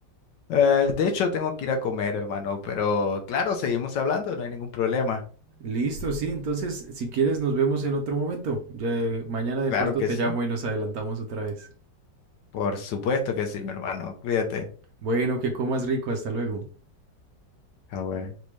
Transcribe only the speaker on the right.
Listo, sí. Entonces, si quieres, nos vemos en otro momento. Ya, eh, mañana de
pronto
te
llamo y nos adelantamos otra vez.
Bueno, que comas rico. Hasta luego.